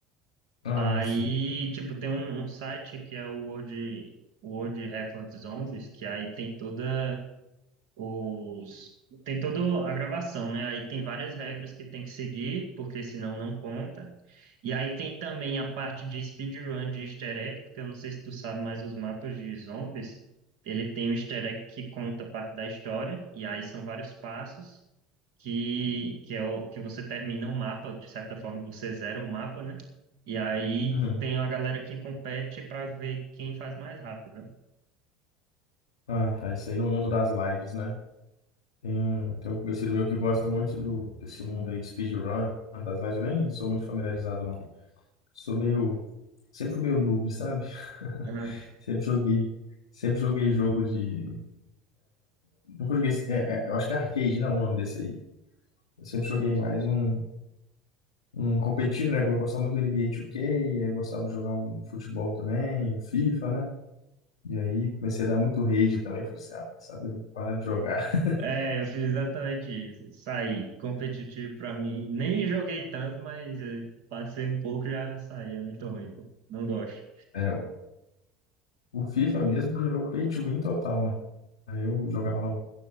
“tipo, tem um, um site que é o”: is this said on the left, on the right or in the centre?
Right